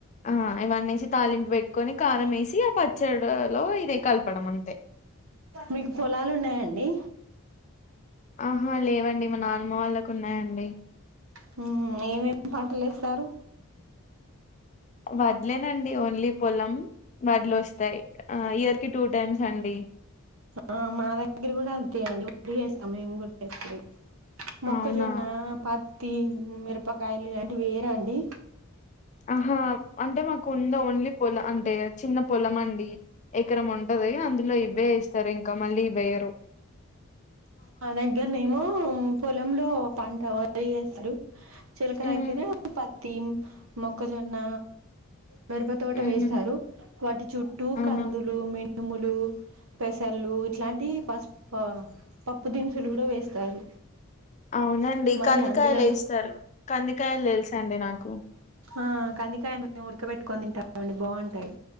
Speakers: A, on the left; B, on the right.
A: అ ఇవన్నేసి తాలింపు పెట్టుకొని కారం ఎసి పచ్చడలో ఇదే కలపడం అంతే
B: మీకు పొలాలు ఉన్నాయండి
A: అహా లేవండి మా నానమ్మ వాళ్ళకు ఉన్నాయండి
B: మ్హ్ ఏమేమి పంటలు ఏస్తారు
A: వడ్లేనండి ఓన్లీ పొలం వడ్లు వస్తాయ్ ఆ ఇయర్ కి టు టైమ్స్ అండి
B: ఆ మా దగ్గర గూడా అంతే అండి వరి వేస్తాం మేం కూడా ఎప్పుడూ మొక్కజొన్నా
A: అవునా
B: పత్తి మిరపకాయలు ఇలాంటివి ఏయారండి
A: ఆహా అంటే మకు ఉందోన్లీ పొల అ అంటే చిన్న పొలం అండి ఎకరం ఉంటది దే అందులో ఇవ్వె ఎస్తారు ఇంకా మళ్ళీ ఇవ్వెయ్యారు
B: మా దగ్గరనేమో పొలంలో పంట వరి ఎస్తారు చెలక
A: ఉమ్
B: దగ్గర ప తీమ్ మొక్కజన్న మెరప తోట
A: ఉహు
B: వేస్తారు వాటి చుట్టూ
A: అవునా
B: కందులు మె నుములు పెసళ్ళు ఇట్లాంటియి పస్ ప పప్పు దినుసులు గుడా వేస్తారు
A: అవునండి
B: మళ్ళీ
A: కందికాయలు
B: అందులోనే
A: ఏస్తారు కందికాయలు తెల్సండి నాకు
B: ఆ కందికాయను మేం ఉడకబెట్టుకొని తింటామండి బావుంటాయి